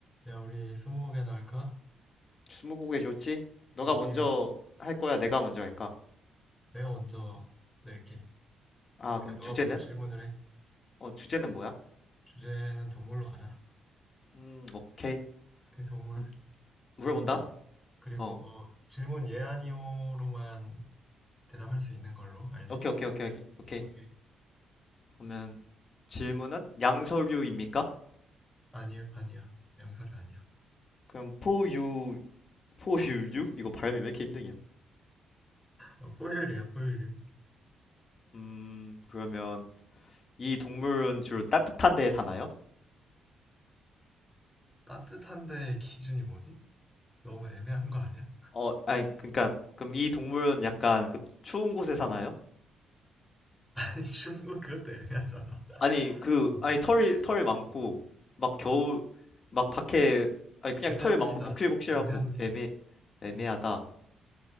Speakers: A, in the centre; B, on the left.
A: 야, 우리 스무고개나 할까?
B: 스무고개 좋지? 너가
A: 오케이.
B: 먼저 할 거야? 내가 먼저 할까?
A: 내가 먼저 낼게.
B: 아,
A: 그러니까
B: 그럼 주제는?
A: 너가 먼저 질문을 해.
B: 어, 주제는 뭐야?
A: 주제는 동물로 가자.
B: 음, 오케이.
A: 오케이, 동물.
B: 음, 물어본다?
A: 그리고 그리고
B: 어,
A: 어, 질문 예 아니오로만 대답할 수 있는 걸로 알지?
B: 오케이, 오케이, 오케이, 오케이. 오케이.
A: 오케이.
B: 그러면 질문은 양서류입니까?
A: 아니 아니야. 양설이 아니야.
B: 그럼 포유, 포유류? 이거 발음이 왜 이렇게 힘드냐?
A: 어, 포유류야, 포유류.
B: 음, 그러면 이 동물은 주로 따뜻한 데에 사나요?
A: 따뜻한데 기준이 뭐지? 너무 애매한 거 아니야?
B: 어, 아니, 그러니까 그럼 이 동물은 약간 그 추운 곳에 사나요?
A: <laughs> 아니, 쉬운 거 그것도 애매하잖아.
B: 아니 그
A: 어,
B: 아니 털이 털 많고
A: 어,
B: 막 겨우
A: 어.
B: 막 밖에 아니 그냥
A: 애매합니다.
B: 털 많고 복실복실하고
A: 애매합니다.
B: 애매 애매하다.
A: 어,